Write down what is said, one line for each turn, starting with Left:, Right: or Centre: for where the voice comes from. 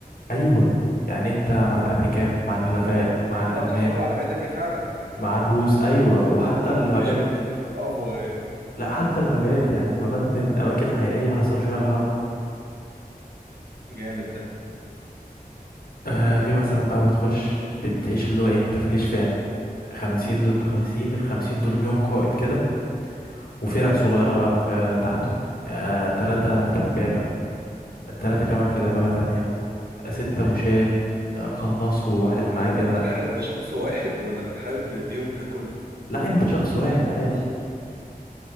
Left: ايوه يعني انت مع الامريكان مع الحلفاء مع الالمان
Right: اه دي حرب عالميه تانية فعلا يعني
Left: مع الروس ايوه
Right: انت,
Left: وحتى
Right: انت أنت ما
Left: المبات
Right: كنتش بت بتأفور يعني.
Left: لا حتى المبات يعني المبات من اماكن حقيقيه حصل فيها الحرب
Right: جامد ده
Left: آه في مثلا بقى بتخش بتعيش اللي هو ايه انت في جيش فعلا خمسين ضد خمسين الخمسين دول ليهم قائد كده وفرق صغيره بقى في تحته آه تلاتة في دبابه التلاتة كمان في دبابه تانية آه، ستة مشاة آه، قناص وواحد معاه
Right: طب انت
Left: كده
Right: بتحارب بشخص واحد ولا بتحارب بيهم ككل
Left: لا انت شخص واحد عادي